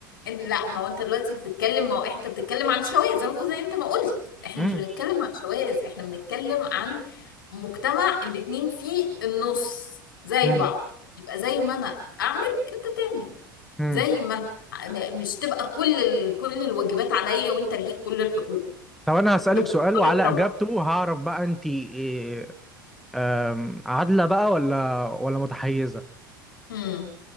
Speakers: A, on the left (about 75°); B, in the centre.
A: ان لا ما هو انت دلوقتي بتتكلم ما هو انت بتتكلم عن شواذ اهو زي انت ما قلت احنا
B: امم
A: مش بنتكلم عن شواذ احنا بنتكلم عن مجتمع الاتنين فيه النص زي
B: امم
A: بعض يبقى زي ما انا اعمل انت تعمل
B: امم
A: زي ما انا مش تبقى كل ال... كل الواجبات عليا وانت ليك كل الحقوق
B: طب انا هسالك
A: ده بيفكرك
B: سؤال وعلى
A: طب
B: اجابته هعرف بقى انت إيه أم، عادله بقى ولا ولا متحيزه
A: امم